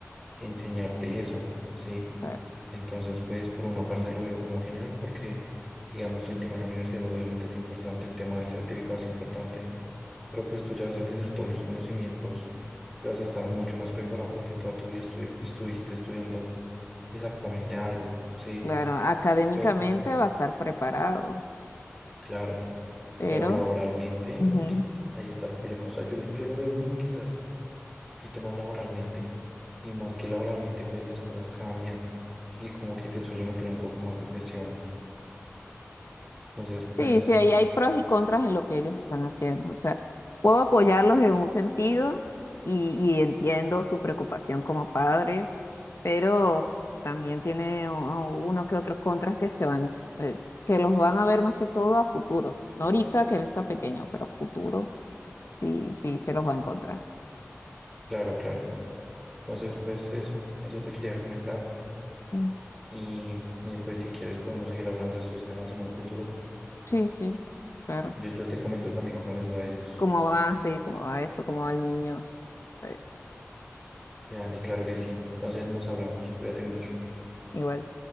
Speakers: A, in the centre; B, on the left.
A: enseñarte eso, ¿sí?
B: claro,
A: Entonces, pues por una parte lo veo como genial porque, digamos, el tema de la universidad obviamente es importante, el tema del certificado es importante, pero pues tú ya vas a tener todos los conocimientos y vas a estar mucho más preparado porque toda tu vida estu- estuviste estudiando exactamente algo, ¿sí?
B: claro, académicamente
A: Pero,
B: va a estar preparado,
A: claro,
B: pero
A: pero laboralmente,
B: ujú,
A: ahí está el problema. O sea, yo, lo- yo lo veo como quizás un poquito más laboralmente y más que laboralmente, pues las cosas cambian y como que se suele meter un poco más de presión. Entonces,
B: Sí,
A: pues,
B: sí, ahí hay pros y contras en lo que ellos están haciendo. O sea, puedo apoyarlos en un sentido y, y entiendo su preocupación como padres, pero también tiene u- uno que otros contras que se van, eh, que los van a ver más que todo a futuro. No ahorita que él está pequeño, pero a futuro sí, sí se los va a encontrar.
A: claro, claro. Entonces, pues eso, eso te quería comentar.
B: Mm,
A: Y, y pues si quieres podemos seguir hablando de estos temas en un futuro.
B: Sí, sí, claro.
A: Yo, yo te comento también cómo les va a ellos.
B: ¿Cómo va? Sí, cómo va eso, cómo va el niño. Eh,
A: Sí, dale, claro que sí. Entonces nos hablamos. Cuídate mucho.
B: igual.